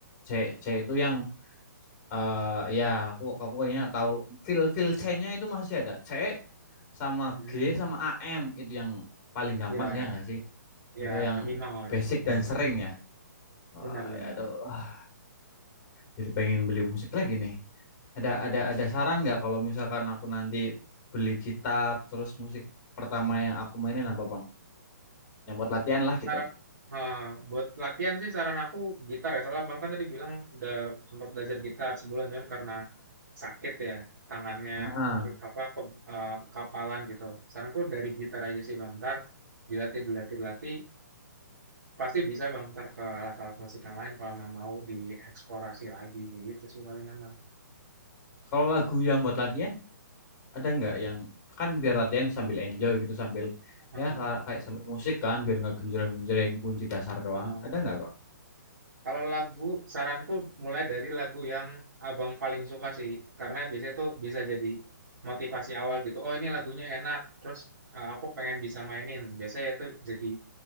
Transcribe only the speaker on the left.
C C itu yang eh ya aku aku kayaknya tahu feel feel C-nya itu masih ada. C sama
G sama AM itu yang paling gampang
ya nggak sih?
Itu yang
basic
dan sering ya. Wah,
ya itu. ah, Jadi pengen beli musik lagi nih. Ada ada ada saran nggak kalau misalkan aku nanti beli gitar terus musik pertama yang aku mainin apa Bang? Yang buat latihan lah gitu.
Ah,
kalau lagu yang buat latihan ada nggak yang kan biar latihan sambil enjoy gitu sambil
ya ka- kayak sambil musik kan biar nggak genjreng-genjreng kunci dasar doang.
Ada nggak Bang?